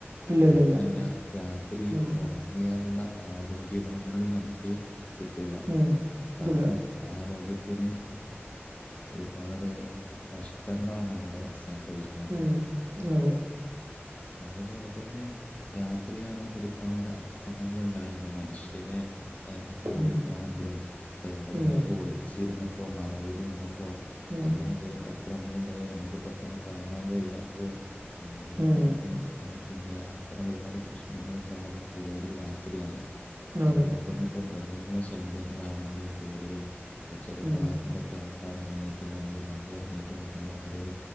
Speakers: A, on the right; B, on the left.
A: ഇല്ല
B: മാത്രല്ല
A: ഇല്ല ഇല്ല
B: രാത്രി
A: ഉം
B: ഉറങ്ങിയാലുള്ള ആരോഗ്യ ഗുണങ്ങള നമുക്ക് കിട്ടില്ല
A: ഉം കിട്ടൂല
B: പകരം ആരോഗ്യ- ത്തിന് ഒരുപാട് നഷ്ടങ്ങളാണ് അവിടെ സംഭവിക്കുന്നത്
A: ഉം അതെ
B: അതേപോലെ തന്നെ രാത്രിയാണെങ്കിൽ ഒരുപാട് അക്രമങ്ങ ഉണ്ടായിന്നത് ഇപ്പോൾ മനുഷ്യരെ ആക്രമിക്കാണെങ്കിലും
A: ഉം
B: അപ്പോൾ എവിടെയെങ്കിലെയൊക്കെ
A: ഉം
B: ഒളിച്ചിരുന്നിട്ടോ മറവിലിരുന്ന് കട്ടോ
A: ഉം
B: അങ്ങനെ എന്തെങ്കിലും അക്രമങ്ങൾ ഉണ്ടെങ്കിൽ നമുക്ക് പെട്ടെന്ന് കാണാൻ കഴ്യാത്തതും ഒരുപാട്
A: ഉം
B: പിന്നെ അത്തരം ഒരുപാട് പ്രശ്നങ്ങളുണ്ടാണതും കൂടുതൽ രാത്രിയാണ് അതുപോലെ
A: ആണ്
B: തന്നെ ഇപ്പം മൃഗങ്ങളുടെ ശല്യങ്ങളാണെങ്കിലും കൂടുതൽ ചില
A: ഉം
B: ഭാഗങ്ങളൊക്കെ കട്ടാനറങ്ങീറ്റും അല്ലെങ്കിൽ പണ്ണി ഇറങ്ങീട്ടും അങ്ങനെ പലേ